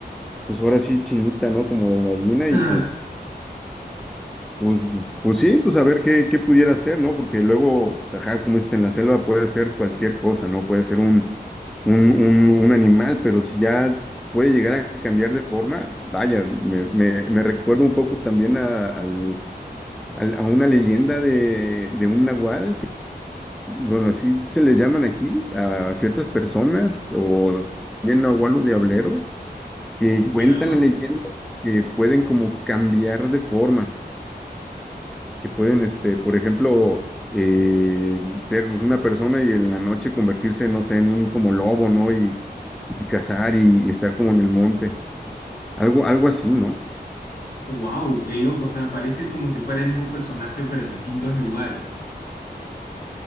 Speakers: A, in the centre; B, on the left.
A: pues ahora sí chinita, ¿no? Como de gallina
B: <laughs>
A: y pues Pues, pues sí, pues a ver qué, qué pudiera hacer, ¿no? Porque luego, ajá, como dices, en la selva puede ser cualquier cosa, ¿no? Puede ser un, un, un, un animal, pero si ya puede llegar a cambiar de forma, vaya, me, me, me recuerda un poco también a, al- al- a una leyenda de, de un nahual, que, bueno, así se le llaman aquí a ciertas personas, o bien nahual o diablero, que
B: ¿Ya?
A: cuentan la leyenda que pueden como cambiar de forma que pueden, este, por ejemplo, eh, ser pues, una persona y en la noche convertirse, no sé, en un como lobo, ¿no? Y, y cazar y, y estar como en el monte. Algo, algo así, ¿no?
B: Wow, qué loco. O sea, parece como si fuera el mismo personaje, pero en distintos lugares.